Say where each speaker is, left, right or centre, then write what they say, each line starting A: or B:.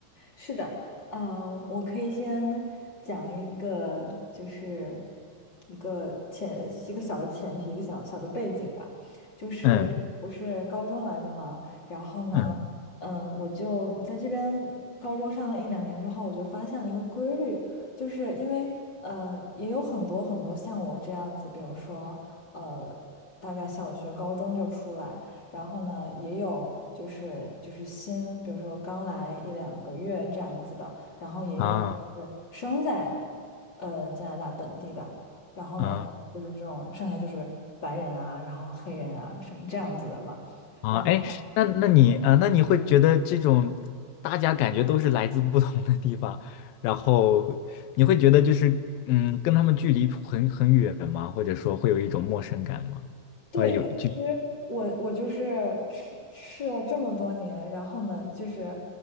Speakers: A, on the left; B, on the left.
A: 是的，呃，我可以先讲一个，就是一个前一个小的前提，一个小小的背景吧，就是不是高中来的嘛，
B: <laughs> 嗯。
A: 然后呢，
B: 嗯
A: 嗯，我就在这边高中上了一两年之后，我就发现了一个规律，就是因为呃，也有很多很多像我这样子，比如说呃，大概小学、高中就出来。然后呢，也有就是就是新，比如说刚来一两个月这样子的，然后也有就是生在
B: 啊
A: 呃加拿大本地的，然后呢，
B: 啊
A: 就是这种剩下就是白人啊，然后黑人啊什么这样子的嘛。
B: 啊！
A: 然后。
B: 哎，那那你啊，呃那你会觉得这种大家感觉都是来自不同的地方，然后你会觉得就是嗯，跟他们距离很很远吗？或者说会有一种陌生感吗？
A: 对，
B: 或者有就
A: 其实我我就是试试了这么多年，然后呢，就是